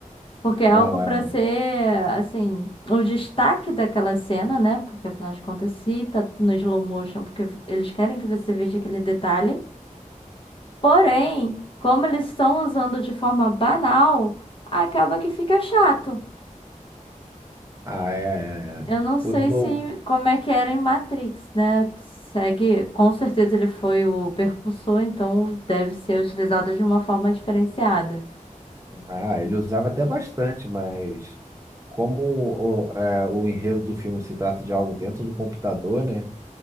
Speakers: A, on the left; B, on the right.
A: Porque é
B: Não,
A: algo para
B: é.
A: ser, assim, o destaque daquela cena, né? Porque afinal de contas, se tá no slow motion, porque eles querem que você veja aquele detalhe. Porém, como eles estão usando de forma banal, acaba que fica chato.
B: Ah, é, é,
A: Eu
B: é.
A: não sei
B: O slow.
A: se como é que era em Matrix, né? Segue, com certeza ele foi o percursor, então deve ser utilizado de uma forma diferenciada.
B: Ah, ele usava até bastante, mas como o, é, o enredo do filme se trata de algo dentro do computador, né?